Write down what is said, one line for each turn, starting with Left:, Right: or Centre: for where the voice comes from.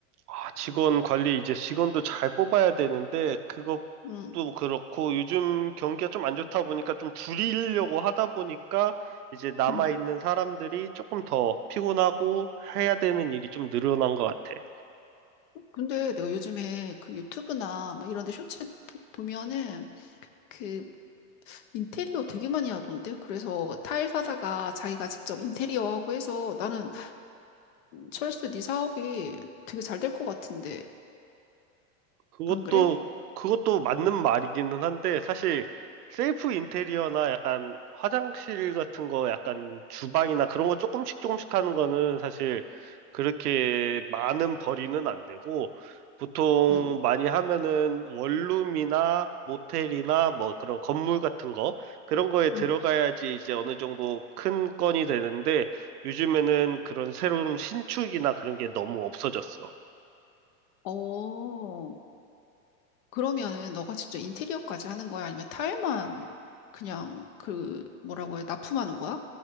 Right: 아, 직원 관리 이제 직원도 잘 뽑아야 되는데
Left: 응,
Right: 그것도 그렇고 요즘 경기가 좀 안 좋다 보니까 좀 줄이려고 하다 보니까 이제 남아
Left: 응.
Right: 있는 사람들이 조금 더 피곤하고 해야 되는 일이 좀 늘어난 것 같아.
Left: 근데 내가 요즘에 그 유튜브나 막 이런 데 쇼츠 보- 보면은 그 인테리어 되게 많이 하던데? 그래서 타일 사다가 자기가 직접 인테리어 하고 해서 나는 철수, 네 사업이 되게 잘 될 것 같은데,
Right: 그것도
Left: 안 그래?
Right: 그것도 맞는 말이기는 한데 사실 셀프 인테리어나 약간 화장실 같은 거 약간 주방이나 그런 거 조금씩 조금씩 하는 거는 사실 그렇게 많은 벌이는 안 되고 보통
Left: 응,
Right: 많이 하면은 원룸이나 모텔이나 뭐 그런 건물 같은 거 그런 거에 들어가야지
Left: 응.
Right: 이제 어느 정도 큰 건이 되는데 요즘에는 그런 새로운 신축이나 그런 게 너무 없어졌어.
Left: 어, 그러면은 너가 직접 인테리어까지 하는 거야? 아니면 타일만 그냥 그, 뭐라고 해, 납품하는 거야?